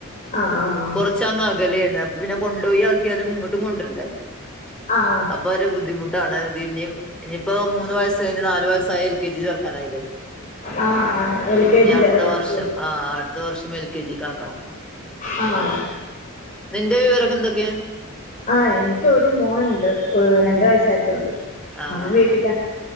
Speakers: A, on the left; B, in the centre.
A: ആഹ് ആഹ് ആഹ്
B: കൊറച്ച അങ്ങ് അകലെയാണ് അപ്പ പിന്നെ കൊണ്ടോയി ആക്കിയാലും ഇങ്ങോട്ടും കൊണ്ടരണ്ട
A: ആഹ്
B: അപ്പൊ ഒരു ബുദ്ധിമുട്ടാണ് തിഇനിയും ഇനിയിപ്പോ മൂന്ന് വയസ് കഴിഞ്ഞ നല് വയസ്സായി എൽ കെ ജി ചേർക്കാനായില്ലേ
A: ആഹ് ആഹ് എൽ കെ
B: ഇനി
A: ജി
B: അടുത്ത
A: ചേർക്കണം
B: വർഷം
A: അല്ലേ
B: ആഹ് അടുത്ത വർഷം എൽ കെ ജിക്ക് ആക്കണം
A: ആഹ്
B: നിന്റെ വിവരംക്കെ എന്തൊക്കെയാ
A: ആഹ് എനിക്ക് ഒരു മോൻണ്ട് രണ്ടു വയസ്സായിട്ടേള്ളൂ
B: ആ
A: അവൻ വീട്ടി
B: ആ
A: തന്നെ